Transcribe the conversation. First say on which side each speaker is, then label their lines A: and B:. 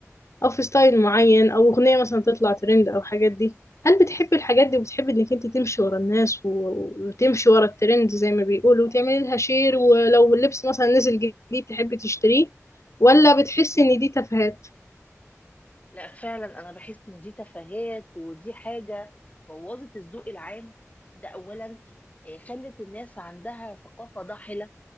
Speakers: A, on the left; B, on the left.
A: او في ستايل معين او اغنية مثلا تطلع ترند او حاجات دي هل بتحبي الحاجات دي وبتحبي انك انت تمشي ورا الناس و- وتمشي ورا الترند زي ما بيقولوا وتعملي لها شير ولو اللبس مثلا نزل جديد تحبي تشتريه ولا بتحسي ان دي تفاهات
B: لا فعلا انا بحس ان دي تفاهات ودي حاجه بوظت الذوق العام ده اولا آه، خلت الناس عندها ثقافه ضاحله